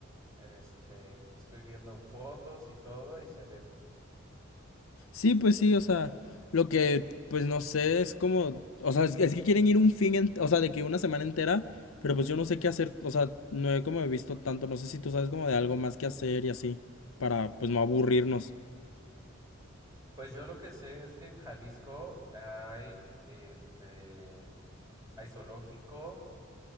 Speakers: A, on the right; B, on the left.
A: Este, estoy viendo fotos y todo y se ve bien.
B: Sí, pues sí, o sea, lo que, pues no sé, es como, o sea, es, es que quieren ir un fin, ent- o sea, de que una semana entera, pero pues yo no sé qué hacer, o sea, no he como visto tanto, no sé si tú sabes como de algo más que hacer y así, para pues no aburrirnos.
A: Pues yo lo que sé es que en Jalisco hay, este, hay zoológico,